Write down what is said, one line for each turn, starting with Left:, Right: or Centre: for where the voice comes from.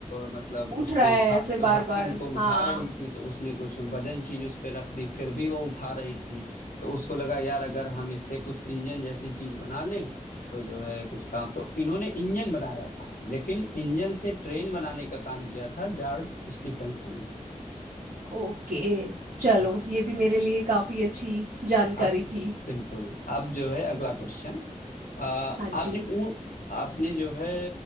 Left: मतलब
Right: उठ
Left: उसको
Right: रहा है
Left: उठा
Right: ऐसे बार
Left: ढक्कन
Right: बार
Left: को उठा
Right: हाँ
Left: रही थी तो उसने कुछ वजन चीज उस पे रख दी फिर भी वो उठा रही थी तो उसको लगा यार अगर हम इससे कुछ इंजन जैसी चीज बना लें तो जो है कुछ काम तो इन्होंने इंजन बनाया था लेकिन इंजन से ट्रेन बनाने का काम किया था जॉर्ज स्टीफेंसन ने
Right: ओके चलो
Left: हाँ
Right: ये भी मेरे लिए काफी अच्छी जानकारी
Left: अब
Right: थी
Left: बिल्कुल अब जो है अगला क्वेश्चन आ, आपने
Right: हाँ जी
Left: ऊँट आपने जो है